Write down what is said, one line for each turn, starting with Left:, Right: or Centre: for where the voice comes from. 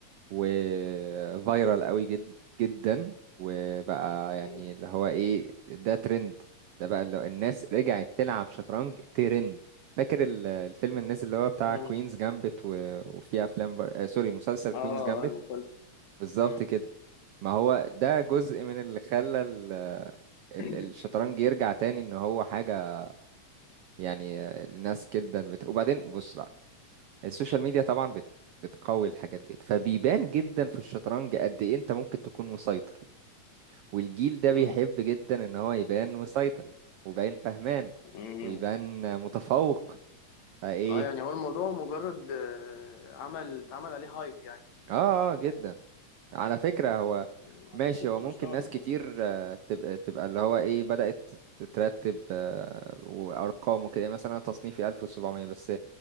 Right: وفايرال قوي جد جدا وبقى يعني
Left: مم.
Right: اللي هو ايه ده ترند ده بقى اللي هو الناس رجعت تلعب شطرنج ترند فاكر ال- الفيلم الناس اللي هو بتاع
Left: مم.
Right: كوينز جامبت و... وفي افلام بر... آه سوري مسلسل كوينز
Left: اه
Right: جامبت
Left: اه المسلسل
Right: بالظبط
Left: مم.
Right: كده ما هو ده جزء من اللي خلى ال... ال-
Left: <coughs>
Right: الشطرنج يرجع تاني ان هو حاجة يعني آه، الناس جدا بت... وبعدين بص السوشيال ميديا طبعا بت... بتقوي الحاجات دي فبيبان جدا في الشطرنج قد ايه انت ممكن تكون مسيطر والجيل ده
Left: مم.
Right: بيحب جدا ان هو يبان مسيطر ويبان فهمان
Left: مم.
Right: ويبان متفوق فايه
Left: اه يعني هو الموضوع مجرد آه، عمل اتعمل عليه هايب يعني
Right: اه اه جدا على فكرة هو
Left: مم.
Right: ماشي
Left: عشان كده كنت
Right: هو ممكن
Left: مستغرب
Right: ناس كتير
Left: والله
Right: آه، تبقى تبقى اللي هو ايه بدأت تترتب آه، وارقام وكده مثلا أنا تصنيفي 1700 بس